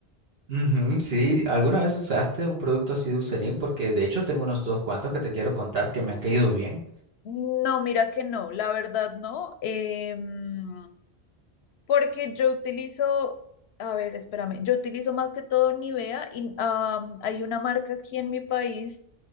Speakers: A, on the right; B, on the left.
A: Ujú, sí, ¿alguna vez usaste un producto así de Eucerin? Porque de hecho tengo unos dos cuantos que te quiero contar que me han caído bien.
B: No, mira que no, la verdad no, em, porque yo utilizo, a ver, espérame, yo utilizo más que todo Nivea y am, hay una marca aquí en mi país